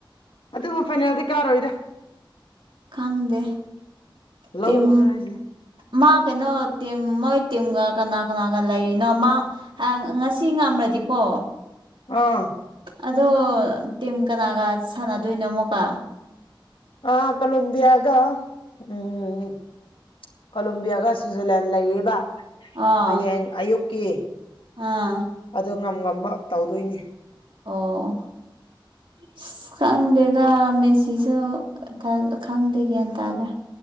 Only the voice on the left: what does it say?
ꯑꯗꯨꯕꯨ ꯐꯥꯏꯅꯥꯜꯗꯤ ꯀꯥꯔꯣꯏꯗ
ꯂꯧꯑꯣꯅ
ꯍꯥꯏꯁꯤꯅꯦ
ꯑꯥ
ꯑ ꯀꯂꯝꯕ ꯌꯥꯒ ꯎꯝ ꯀꯂꯦꯝꯕꯤꯤꯌꯥꯒ ꯁ꯭ꯤꯖꯔꯂꯦꯟ ꯂꯑꯕ
ꯍꯌꯦꯡ ꯑꯌꯨꯛꯀꯤ
ꯑꯗꯨ ꯉꯝ ꯉꯝꯕ ꯇꯧꯗꯣꯏꯅꯤ